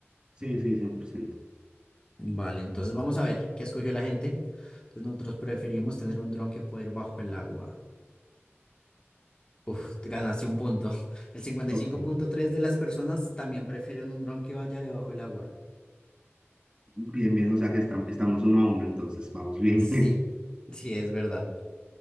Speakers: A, on the right; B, on the left.
A: sí, sí, cien por ciento
B: Vale, entonces vamos a ver qué escogió la gente. Entonces nosotros preferimos tener un dron que poder ir bajo el agua. Uf, te ganaste un punto. <laughs> El cincuenta
A: Ok.
B: y cinco punto tres de las personas también prefieren un dron que vaya debajo del agua.
A: Bien, bien, o sea que estam- estamos uno a uno, entonces vamos bien.
B: Sí,
A: <laughs>
B: sí, es verdad.